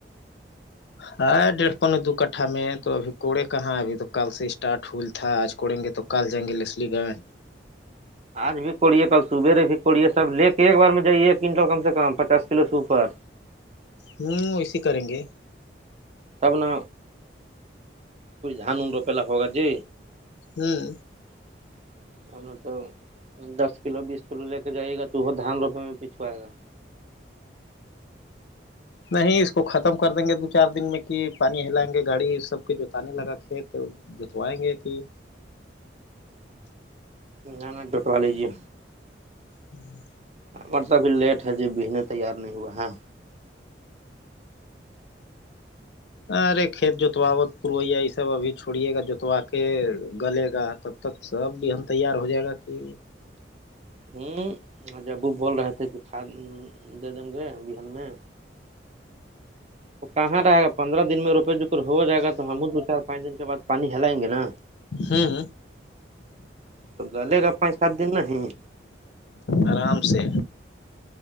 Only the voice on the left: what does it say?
ہاں ڈیڑھ پنے دو کٹھا میں تو ابھی کوڑے کہاں ابھی تو کل سے اسٹارٹ ہول تھا آج کوڑیں گے تو کال جیں گے لی گائے
ہوں ویے کریں گے
ہاں
نہیں اس کو ختم کر دیں گے دو چار دن میں کہ پانی ہلائیں گے گاڑی سب کے جوتنے لگا کھیت جو تو آئیں گے کہ
ہوں
ارے کھیت جوتواوت پویا یہ سب ابھی چھوڑیے گا جوتوا کے گلے گا تب اب تک سب بھی ہم تیار ہو جائے گا کہ
ہاں
آرام سے